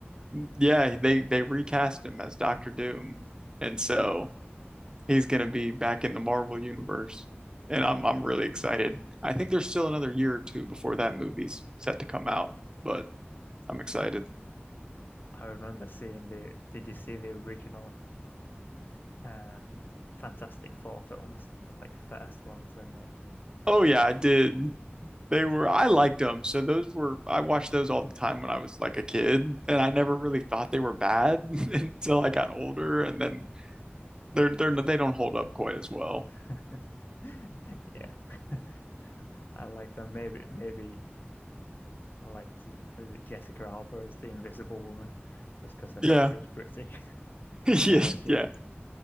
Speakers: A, on the right; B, on the left.
A: yeah. They they recast him as Doctor Doom, and so he's going to be back in the Marvel universe, and I'm I'm really excited. I think there's still another year or two before that movie's set to come out, but I'm excited.
B: I remember seeing the. Did you see the original uh, Fantastic Four films, the like first ones they made?
A: Oh yeah, I did. They were I liked them. So those were I watched those all the time when I was like a kid, and I never really thought they were bad <laughs> until I got older, and then they're they're they don't hold up quite as well.
B: <laughs> Yeah. <laughs> I like them. Maybe, maybe I liked, who's it, Jessica Alba as the Invisible Woman, just because I thought
A: Yeah.
B: she was
A: <laughs>
B: pretty <laughs> when
A: Yeah,
B: I was young.
A: yeah,